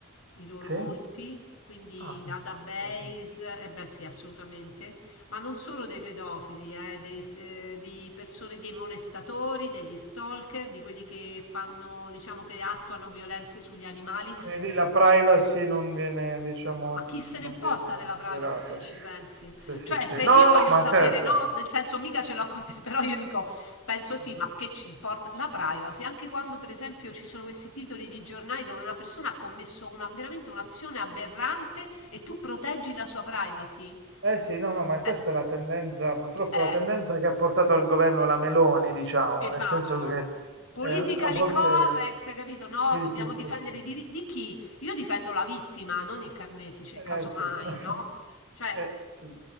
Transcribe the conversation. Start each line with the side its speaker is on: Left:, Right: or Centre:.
Left: i loro
Right: sì?
Left: volti, quindi
Right: Ah,
Left: database,
Right: ok.
Left: e beh sì, assolutamente, ma non solo dei pedofili, eh, dei, eh, di persone, dei molestatori, degli stalker, di quelli che fanno, diciamo che attuano violenze sugli animali.
Right: Quindi lì la privacy non viene, diciamo,
Left: Ma chi
Right: non
Left: se ne importa
Right: viene
Left: della
Right: considerata.
Left: privacy se ci pensi?
Right: Sì, sì,
Left: Cioè,
Right: sì.
Left: se
Right: No,
Left: io
Right: no,
Left: voglio
Right: no, ma
Left: sapere,
Right: certo.
Left: no, nel senso mica ce l'ho con te, <laughs> però io dico, penso sì, ma che ci importa la privacy? Anche quando, per esempio, ci sono questi titoli di giornali dove una persona ha commesso una, veramente un'azione aberrante e tu proteggi la sua privacy.
Right: Eh sì, no, no, ma questa
Left: Beh,
Right: è la tendenza, purtroppo
Left: eh,
Right: la tendenza che ha portato al governo la Meloni, diciamo,
Left: Esatto.
Right: nel senso che
Left: Politically
Right: eh, a volte...
Left: correct, capito? No,
Right: Sì,
Left: dobbiamo
Right: sì, sì,
Left: difendere
Right: sì.
Left: i diritti di chi? Io difendo la vittima, non il carnefice,
Right: Eh
Left: casomai,
Right: sì. <laughs>
Left: no? Cioè,
Right: Eh, sì.